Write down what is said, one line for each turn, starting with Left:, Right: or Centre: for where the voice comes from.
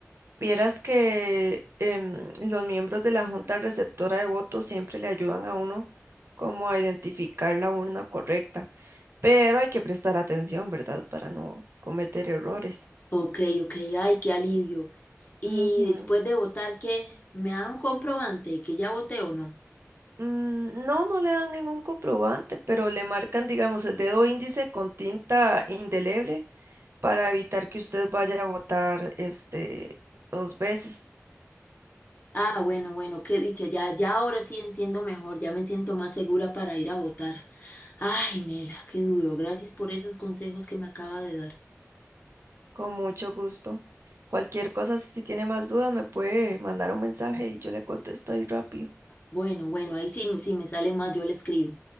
Right: Vieras que em, los miembros de la junta receptora de votos siempre le ayudan a uno como a identificar la urna correcta, pero hay que prestar atención, ¿verdad? Para no cometer errores.
Left: Ok, ok, ay, qué alivio. Y
Right: Ujú.
Left: después de votar, ¿qué? ¿Me dan un comprobante que ya voté o no?
Right: Mm, no, no le dan ningún comprobante, pero le marcan, digamos, el dedo índice con tinta indeleble para evitar que usted vaya a votar este dos veces.
Left: Ah, bueno, bueno, qué dicha, ya, ya ahora sí entiendo mejor, ya me siento más segura para ir a votar. Ay, Mela, qué duro, gracias por esos consejos que me acaba de dar.
Right: Con mucho gusto. Cualquier cosa, si tiene más dudas, me puede mandar un mensaje y yo le contesto ahí rápido.
Left: Bueno, bueno, ahí sí, sí me sale más, yo le escribo.